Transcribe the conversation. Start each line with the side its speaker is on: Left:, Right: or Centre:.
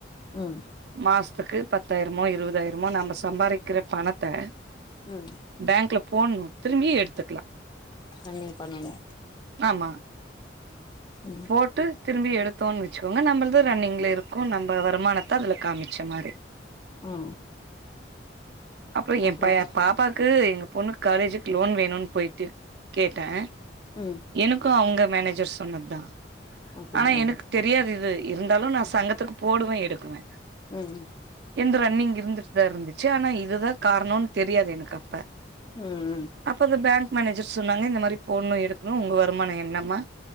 Left: ம்
Right: மாசத்துக்கு பத்தாயிரமோ இருபதாயிரமோ நம்ப சம்பாதிக்கிற பணத்த
Left: ம்
Right: பேங்க்ல போட்ணு திரும்பியு எடுத்துக்லா
Left: ரன்னிங் பண்ணணு
Right: ஆம்மா
Left: ம்
Right: போட்டு திரும்பி எடுத்தோன் வெச்சுக்கோங்க நம்பிள்து ரன்னிங்லே இருக்கு நம்ப வருமானத்த அதுல காமிச்ச மாரி
Left: ம்
Right: அப்பறோ எ
Left: அப்டியா
Right: பைய பாப்பாக்கு எங்க பொண்ணுக் காலேஜுக்கு லோன் வேணுன் போயிட்டு கேட்டே
Left: ம்
Right: எனக்கு அவுங்க மேனேஜர் சொன்னத்தா
Left: அப்டியா
Right: ஆனா எனக் தெரியாது இது இருந்தாலு நா சங்கத்துக்கு போடுவே எடுக்குவே
Left: வை
Right: இந்த ரன்னிங் இருந்துட் தா இருந்துச்சு ஆனா இதுதா காரணோன் தெரியாது எனக் அப்ப
Left: ம் ம்
Right: அப்ப அந்த பேங்க் மேனேஜர் சொன்னாங்க இந்த மாரி போட்ணு எடுக்ணு உங்க வருமான என்னமா